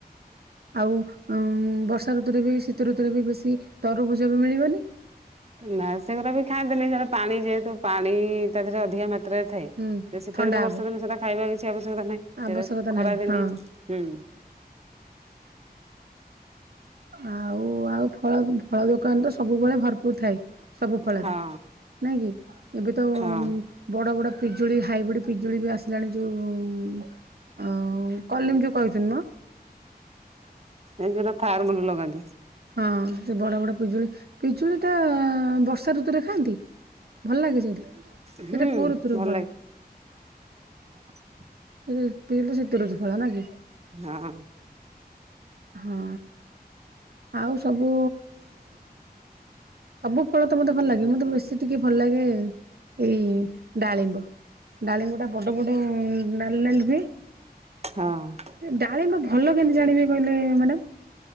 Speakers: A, on the right (about 70°); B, on the right (about 40°).
A: ଆଉ ବର୍ଷା ଋତୁରେ ବି ଶୀତ ଋତୁରେ ବି ବେଶୀ ତରୁଭୁଜ ବି ମିଳିବନି
B: ନାଁ ସେଗୁରା ବି ଖାଆନ୍ତିନି ସେଟା ପାଣି ଯେହେତୁ ପାଣି ତା ଦେହରେ ଅଧିକା ରେ ଥାଏ
A: ହୁଁ
B: ସେ ଶୀତ
A: ଥଣ୍ଡା
B: ଦିନେ
A: ହବ
B: ବର୍ଷା ତମେ ସେଟା ଖାଇବା କିଛି ନାହିଁ
A: ଆବଶ୍ୟକତା
B: ସେଟା ଖରା
A: ନାହିଁ
B: ଦିନେ
A: ହଁ
B: ହୁଁ।
A: ଆଉ ଆଉ ଫଳ ଫଳ ଦୋକାନ ତ ସବୁବେଳେ ଭରପୁର ଥାଏ ସବୁ ଫଳରେ
B: ହଁ
A: ନାଇଁ କି ଏବେ ତ
B: ହଁ
A: ବଡ ବଡ ପିଜୁଳି ହାଇବ୍ରିଡ ପିଜୁ ଜୁଳି ବି ଆସିଲାଣି ଯୋଉ ଆ କଲିମ୍ ଯୋଉ କହୁଛନ୍ତି ମ।
B: ନିଜର ଫାର୍ମରେ ଲଗାନ୍ତି।
A: ହଁ ସେ ବଡ ବଡ ପିଜୁଳି ପିଜୁଳି ଟା ବର୍ଷା ଋତୁ ଋତୁରେ ଖାଆନ୍ତି ଭଲ ଲାଗେ ସେଇଟା
B: ହୁଁ
A: ସେଇଟା କୋଉ ଋତୁୁର
B: ଭଲ
A: ଫଳ?
B: ହ <inaudible>
A: ଏ ପିଜୁଲିଟା ଶୀତ ଋତୁ ଫଳ ନା କି।
B: ହଁ ହଁ।
A: ହଁ ଆଉ ସବୁ ସବୁ ଫଳ ତ ମତେ ଭଲ ଲାଗେ ମତେ ବେଶୀ ଟିକେ ଭଲ ଲାଗେ ଏଇ ଡାଳିମ୍ବ। ଡାଳିମ୍ୱଟା ବଡ ବଡ ନାଲି ନାଲି ହୁଏ
B: ହଁ।
A: ଡାଳିମ୍ୱ ଭଲ କେମିତି ଜାଣିବେ? ହେଲେ ମ୍ୟାଡମ୍